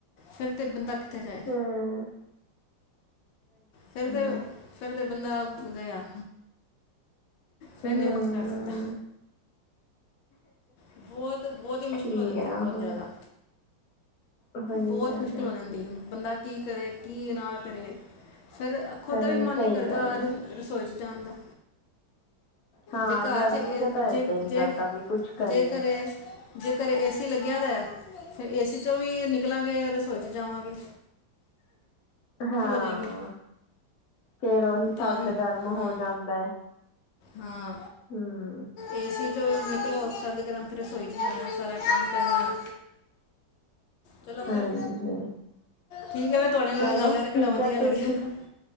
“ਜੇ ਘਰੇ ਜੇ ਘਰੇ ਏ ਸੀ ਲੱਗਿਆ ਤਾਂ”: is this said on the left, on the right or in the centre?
Left